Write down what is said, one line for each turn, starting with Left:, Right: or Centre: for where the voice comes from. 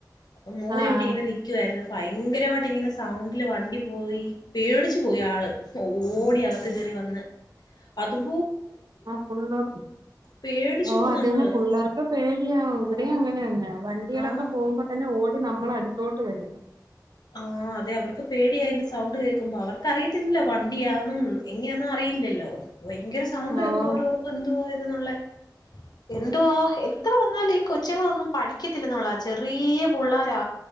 Left: അപ്പൊ മോൻ
Right: ആഹ്
Left: ഇവിടെ ഇങ്ങനെ നിക്കുവായിരുന്നു. ഭയങ്കരമായിട്ട് ഇങ്ങനെ സൗണ്ടില് വണ്ടി പോയി പേടിച്ചു പോയി ആള് ഓടി അകത്ത് കയറി വന്ന് അതും
Right: പിള്ളേർ
Left: പേടിച്ചു
Right: ഓ
Left: പോവും
Right: അത്
Left: നമ്മള്.
Right: തന്നെ പിള്ളേർക്ക് പേടിയാ ഇവിടെയും
Left: ആഹ്
Right: അങ്ങനെ തന്നെ വണ്ടികളൊക്കെ
Left: ആഹ്
Right: പോകുമ്പോ തന്നെ ഓടി നമ്മളടുത്തോട്ട <unintelligible>
Left: ആഹ അതെ അവർക്ക് പേടി അതിന്റെ സൗണ്ട് കേ ക്കുമ്പോ അവർക്കറിയത്തില്ലോ വണ്ടിയാന്നും എങ്ങനെയന്നും അറിയില്ലല്ലോ. ഭയങ്കര സൗണ്ട് കേക്കുമ്പോ
Right: ഓഹ്
Left: അവര് ഓർക്കും എന്തുവാ <unintelligible> എന്തുവാ എത്ര വന്നാല ഈ കൊച്ചുങ്ങളൊന്നും പഠിക്കത്തില്ലന്നുള്ളാ ചെറിയ പിള്ളാരാ